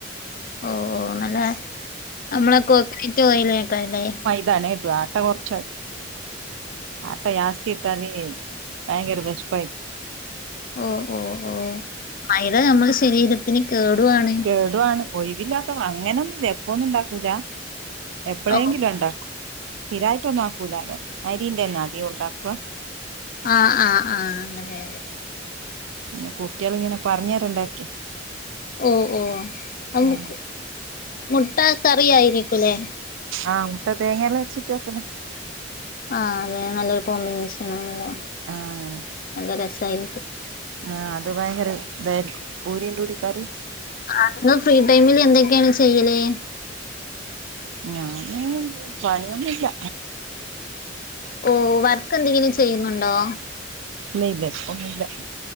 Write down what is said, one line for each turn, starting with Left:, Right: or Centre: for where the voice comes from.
Left: ഓഹ് ഓഹ് നല്ല നമ്മളെ കോക്കനറ്റ് ഓയിലേക്കാരല്ലേ
Right: ടാണേ ബ്ലാട്ട കുറ്ച്ചാ ആട്ട യാസ്തി ഇട്ടാല് ഭയങ്കര വെഷപ്പായിക്കു
Left: ഓ ഓ ഓ മൈദ നമ്മളെ ശരീരത്തിന് കേടുആണ്
Right: കേടുആണ് ഒഴിവില്ലാത്തവ അങ്ങനൊ ന്നും എപ്പൊന്നും ഉണ്ടാക്കൂല എപ്പളേങ്കിലും
Left: ഓ
Right: ഉണ്ടാക്കു സ്ഥിരായിട്ടൊന്നു ആക്കൂലാലോ അരിന്റെ ആദെ ഉണ്ടാക്കുവ
Left: ആഹ് ആഹ് ആ അങ്ങനെ
Right: പിന്നെ കുട്ടികള് ഇങ്ങനെ പറഞ്ഞ് രംഉണ്ടാക്കിയേ-
Left: ഓ ഓ അങ്ങ്
Right: ആഹ്
Left: മുട്ട കറി ആയിരിക്കും അല്ലേ?
Right: ആ മുട്ട തേങ്ങയെല്ലാംഅര ച്ചിട്ടാ വെക്കണേ.
Left: ആ അതെ നല്ലൊരു കോമ്പിനേഷൻ ആണല്ലോ?
Right: ആഹ് അങ്ങനെ
Left: നല്ല രസായി
Right: ആ അത് ഭയങ്കര ഇതായിരിക്കും. പൂരിന്റെ കൂടി കറി?
Left: അന്ന് ഫ്രീ ടൈമില് എന്തൊക്കെയാണ് ചെയ്യല്?
Right: ഞാന് പണിയൊന്നുമില്ല.
Left: ഓ വർക്ക് എന്തെങ്കിലും ചെയ്യുന്നുണ്ടോ?
Right: ഇതി ഇല്ല ഒന്നും ഇല്ല.